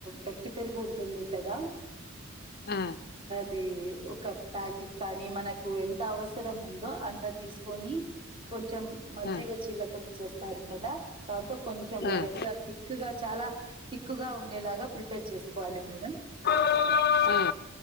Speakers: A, on the right (about 25°); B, on the left (about 45°).
A: గట్టి పెరుగు ఉంటుంది కదా
B: ఆ
A: అది ఒక ప్యాకెట్ కానీ మనకు ఎంత అవసరం ఉందో అం అంత తీసుకొని కొంచెం మజ్జిగ
B: మ్
A: చిలక చేస్తారు కదా దాంతో కొంచెం లైట్
B: మ్
A: గా తిక్ గా చాలా తిక్ గా ఉండేలాగా ప్రిపేర్ ప్రిపేర్ చేసుకోవాలి మేడం
B: ఆ, ఆ, ఆ,